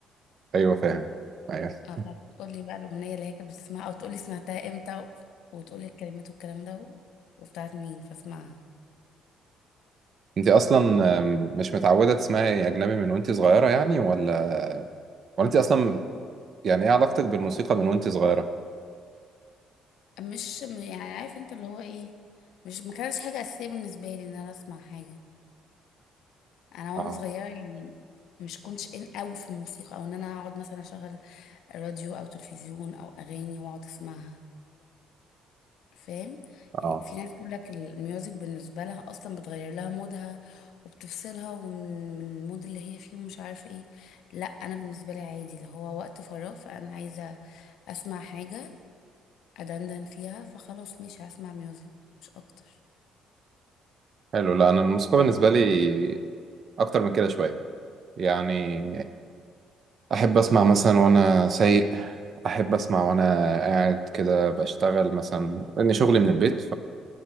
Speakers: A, on the right (about 40°); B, on the left (about 70°).
A: ايوه فاهم ايوه
B: اه تقولي بقى الأغنية اللي هي كانت بتسمعها أو تقولي سمعتها امتى و... وتقولي الكلمات والكلام ده و... وبتاعت مين فاسمعها
A: انت اصلا أم، مش متعوده تسمعي اجنبي من وانت صغيره يعني ولا ولا انت اصلا يعني ايه علاقتك بالموسيقى من وانت صغيره
B: مش م- يعني عارف انت اللي هو ايه مش ما كانش حاجة أساسية بالنسبة لي ان انا اسمع حاجة انا وانا
A: اه
B: صغيرة يعني مش كنتش ان قوي في الموسيقى او ان انا اقعد مثلا اشغل راديو او تلفزيون او اغاني واقعد اسمعها فاهم
A: اه
B: يعني في ناس تقول لك الميوزك بالنسبة لها أصلا بتغير لها مودها وبتفصلها ومن من المود اللي هي فيه ومش عارفة ايه لا أنا بالنسبة لي عادي اللي هو وقت فراغ فأنا عايزة أسمع حاجة أدندن فيها فخلاص ماشي هسمع ميوزك مش أكتر
A: حلو لا انا الموسيقى بالنسبه لي اكتر من كده شويه يعني احب اسمع مثلا وانا سايق احب اسمع وانا قاعد كده بشتغل مثلا لان شغلي من البيت